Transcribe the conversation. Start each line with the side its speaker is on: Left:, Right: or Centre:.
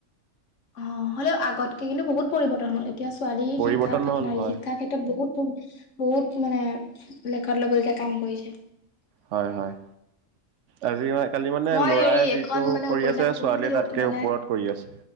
Left: অ হ'লেও আগতকে কিন্তু বহুত পৰিৱৰ্তন হ'ল এতিয়া ছোৱালীৰ
Right: পৰিৱৰ্তন
Left: শিক্ষাৰ
Right: হ'ল
Left: নাৰী
Right: হয়
Left: শিক্ষাৰ ক্ষেত্ৰত বহুত বহুত বহুত মানে লেখত ল'বলগীয়া কাম কৰিছে
Right: হয় হয় আজি মই কালি মানে
Left: মই
Right: ল'ৰাই
Left: হেৰি
Right: যিটো
Left: এখন মানে
Right: কৰি
Left: উপন্যাস
Right: আছে
Left: পঢ়িছিলো
Right: ছোৱালীয়ে তাতকে
Left: মানে
Right: ওপৰত কৰি আছে।